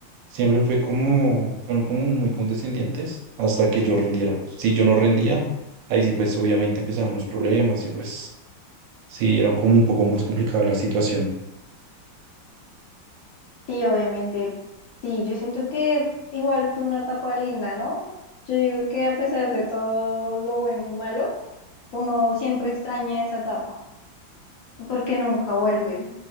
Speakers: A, on the right; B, on the left.
A: siempre fue como, fueron como muy condescendientes hasta que yo rindiera. Si yo no rendía, ahí sí pues obviamente empezaban los problemas y pues sí, era como un poco más complicada la situación.
B: Sí, obviamente. Sí, yo siento que igual fue una etapa linda, ¿no? Yo digo que a pesar de todo lo bueno y malo, uno siempre extraña esa etapa, porque nunca vuelve.